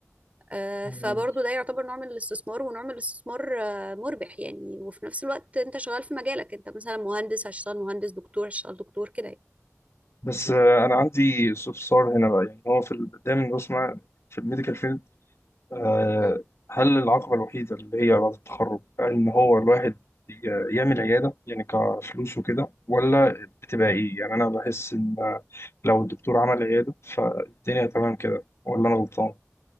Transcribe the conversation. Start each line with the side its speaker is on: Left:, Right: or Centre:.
Right: آه،
Left: ده.
Right: فبرضه ده يعتبر نوع من الاستثمار ونوع من الاستثمار آه، مربح يعني وفي نفس الوقت انت شغال في مجالك انت مثلا مهندس هتشتغل مهندس دكتور هتشتغل دكتور كده
Left: بس آه، انا عندي استفسار هنا بقى يعني هو في ال- دايما بسمع في الميديكال فيلد آه،
Right: يعني
Left: هل العقبه الوحيده اللي هي بعد التخرج ان هو الواحد ي- يعمل عياده يعني كفلوس وكده ولا بتبقى ايه يعني انا بحس ان آه، لو الدكتور عمل عياده فالدنيا تمام كده ولا انا غلطان